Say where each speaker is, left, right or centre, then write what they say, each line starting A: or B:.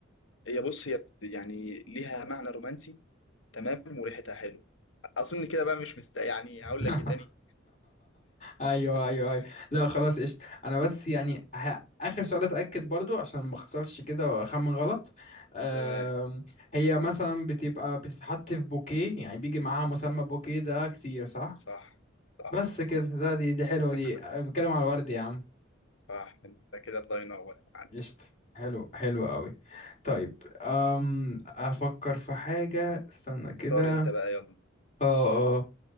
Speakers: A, on the left (about 80°); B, on the left (about 40°).
A: هي بص هي بت- يعني ليها معنى رومانسي تمام وريحتها حلو اظن كده بقى مش مست يعني
B: <laughs>
A: هقول لك ايه تاني
B: ايوه
A: <laughs>
B: ايوه ايوه لا خلاص قشطة انا بس يعني ه... اخر سؤال اتاكد برضو عشان ما اخسرش كده واخمن غلط أم...
A: تمام
B: هي مثلا بتبقى بتتحط في بوكيه يعني بيجي معاها مسمى بوكيه ده كتير صح
A: صح صح
B: بس كده ده دي دي حلوة دي
A: <laughs>
B: بنتكلم على الورد يا عم
A: صح انت كده الله ينور عليك
B: قشطة حلو حلو قوي طيب أم أفكر في حاجة استنى كده
A: اختار انت بقى يلا
B: اه اه